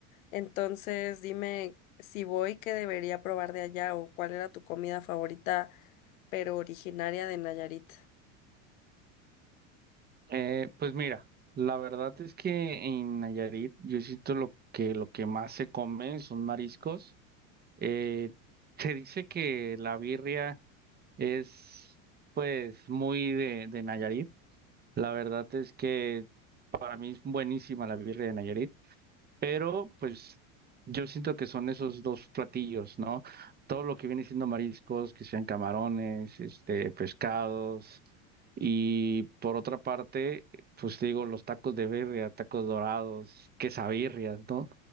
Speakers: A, on the left; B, on the right.
A: Entonces, dime si voy, ¿qué debería probar de allá o cuál era tu comida favorita, pero originaria de Nayarit?
B: Eh, pues mira, la verdad es que en Nayarit yo siento lo que lo que más se come son mariscos. Eh, se dice que la birria es pues muy de, de Nayarit. La verdad es que a mí es buenísima la birria de Nayarit. Pero pues yo siento que son esos dos platillos, ¿no? Todo lo que viene siendo mariscos, que sean camarones, este, pescados. Y por otra parte, pues te digo, los tacos de birria, tacos dorados, quesabirrias, ¿no?